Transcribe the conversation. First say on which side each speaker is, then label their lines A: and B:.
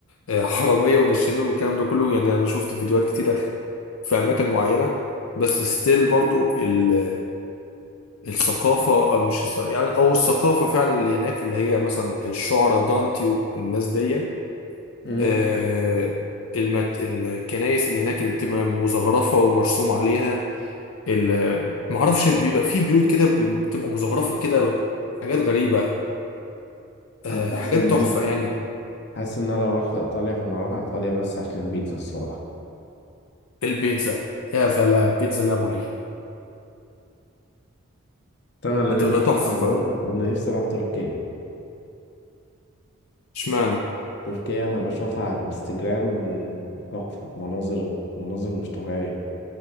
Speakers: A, on the left (about 75°); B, on the left (about 50°).
A: <laughs> حرامية ونشالين والكلام ده كله يعني أنا شفت فيديوهات كتيرة في أماكن معينة بس ستيل برضو ال- الثقافة أو مش الث- يعني أو الثقافة فعلا اللي هناك اللي هي مثلا الشعراء دانتي والناس دي
B: امم
A: آه، المت... الكنائس اللي هناك اللي بتبقى مزخرفة ومرسوم عليها ال- معرفش بيبقى في بيوت كده بتبقى مزخرفة كده حاجات غريبة آه،
B: انا حاسس
A: حاجات
B: ان
A: تحفة
B: انا
A: يعني
B: حاسس ان انا لو رحت ايطاليا فانا هروح ايطاليا بس عشان البيتزا الصراحة
A: البيتزا يا سلام بيتزا نابولي
B: بس انا اللي
A: هتبقى
B: نفسي اروحها
A: تحفة
B: بجد انا نفسي اروح تركيا
A: اشمعنى
B: تركيا انا بشوفها على الانستجرام تحفة مناظر مناظر مش طبيعية